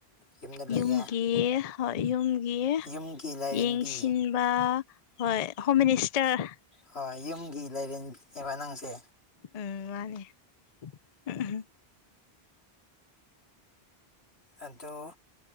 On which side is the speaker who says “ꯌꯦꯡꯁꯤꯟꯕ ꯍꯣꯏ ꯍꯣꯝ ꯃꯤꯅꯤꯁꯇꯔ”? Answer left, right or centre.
Left